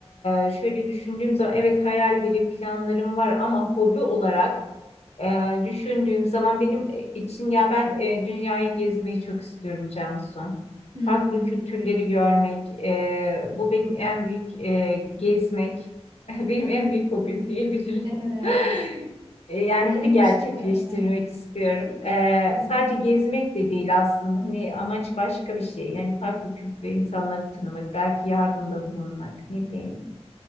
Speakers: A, on the left; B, on the right.
A: e, şöyle düşündüğüm zaman evet hayallerim, planlarım var ama hobi olarak Ee, düşündüğüm zaman benim e, için ya ben e, dünyayı gezmeyi çok istiyorum Cansu.
B: Hı
A: Farklı
B: hı.
A: kültürleri görmek, e, bu benim en büyük e, gezmek, <laughs> benim en büyük hobim diyebilirim.
B: Evet.
A: <laughs> E, yani
B: Benim
A: bunu gerçekleştirmek
B: için de öyle.
A: istiyorum. E,
B: Hı hı.
A: sadece gezmek de değil aslında. Hani amaç başka bir şey. Yani farklı kültürlü insanları tanımak, belki yardımda bulunmak, ne bileyim.